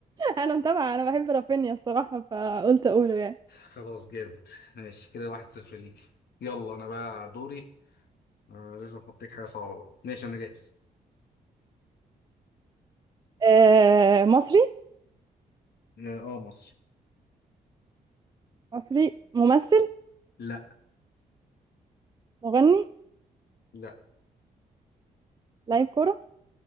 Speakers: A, on the right; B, on the left.
A: انا متابعة انا بحب رافينيا الصراحة فقلت اقوله يعني
B: خلاص جامد ماشي كده واحد صفر ليك يلا انا بقى دوري آه لازم احط لك حاجه صعبه بقى ماشي انا جاهز
A: آه مصري
B: اه آه، مصر
A: مصري ممثل
B: لا
A: مغني
B: لا
A: لعيب كرة